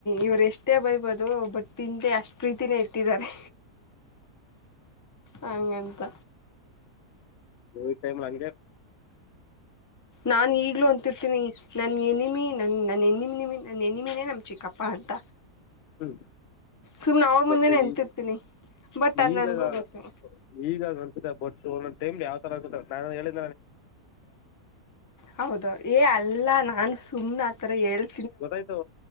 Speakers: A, on the left; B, on the left.
A: ಇವ್ರ ಎಷ್ಟ ಎಷ್ಟೇ ಬಯಬೋದು ಬಟ್ ಹಿಂದೆ ಅಷ್ಟು ಪ್ರೀತಿಯೇ ಇಟ್ಟಿದ್ದಾರೆ ಹಂಗಂತ
B: ಹ ಟೈಮ್ ಹಂಗಿದೆ
A: ನಾನು ಈಗಲೂ ಅಂತಿರ್ತೀನಿ ನನ್ನ ಎನಿಮೆ ನನ್ನ ನನ್ನ ಹೆನಿಮೆಮ ನನ್ನ ಹೆನಿಮಿನೇ ನಮ್ಮ ಚಿಕ್ಕಪ್ಪ ಅಂತ
B: ಹ್ಮ್
A: ಸುಮ್ನೆ ಅವ್ರ ಮುಂದೆನೆ
B: ಬಟ್ಟೆ
A: ಅಂತಿರ್ತೀನಿ
B: ಈ
A: ಬಟ್ ಅದು
B: ಈಗಾಗ
A: ನನಗೂ ಗೊತ್ತು
B: ಈಗಂತ ಬಟ್ ಟಮ್ ಯಾವ ತರ ನಾನು ಹೇಳರ
A: ಹೌದು ಏ ಅಲ್ಲ ನಾನು ಸುಮ್ನೆ ಆ ಥರ ಏಳ್ು
B: ಗೊತ್ತಾಯ್ತು